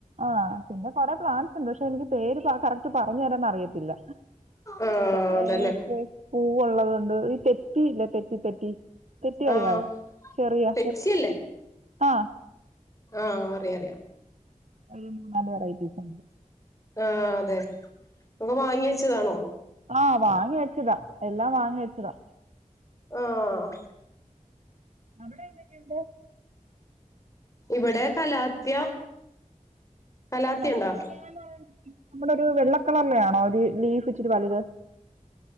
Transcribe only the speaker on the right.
ആഹ് പിന്നെ പ്ലാൻസ് ഉണ്ട് പക്ഷെ അത പേര് കറക്ട് പറഞ്ഞു തരാന്ന അറിയത്തില്ല
കൊറെപ്പ
പൂവള്ളതുണ്ട് ഈ തെറ്റിയില്ല തെറ്റി തെറ്റി തെറ്റി അറിയാവോ
ചെറിയാ
ആഹ്
ഒരു മൂന്നാല് വെറൈറ്റീസ് ഉണ്ട്.
ആഹ് വാങ്ങി വെച്ചതാ എല്ലാം വാങ്ങി വെച്ചതാ
അവിടെ എന്തൊക്കെയുണ്ട്?
<unintelligible>
നമ്മളൊരു വെള്ളക്കളറിലാണോ ഒരു ലീഫിച്ചിരി വലുത്?